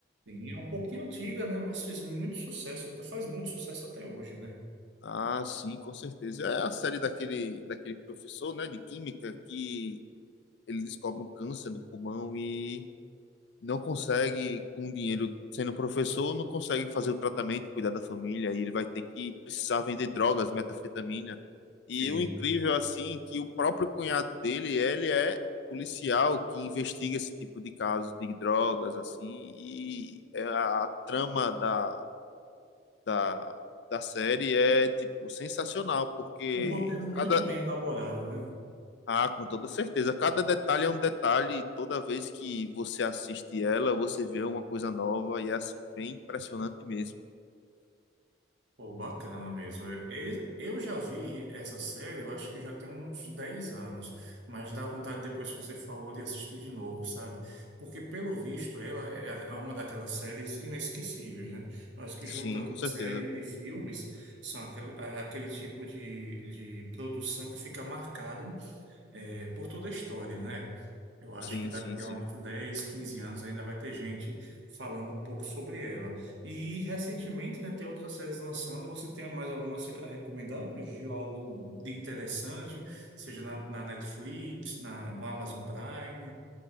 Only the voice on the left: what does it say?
Ah, sim, com certeza. É a série daquele, daquele professor, né, de química que ele descobre um câncer no pulmão e não consegue, com o dinheiro sendo professor, não consegue fazer o tratamento, cuidar da família, e ele vai ter que precisar vender drogas, metanfetamina. E
o incrível, assim, que o próprio cunhado dele, ele é policial que investiga esse tipo de caso de drogas, assim, e é a, a trama da, da, da série é, tipo, sensacional, porque
cada,
ah, com toda certeza. Cada detalhe é um detalhe. Toda vez que você assiste ela, você vê uma coisa nova e é assim, bem impressionante mesmo.
Sim,
com certeza.
Sim,
sim, sim.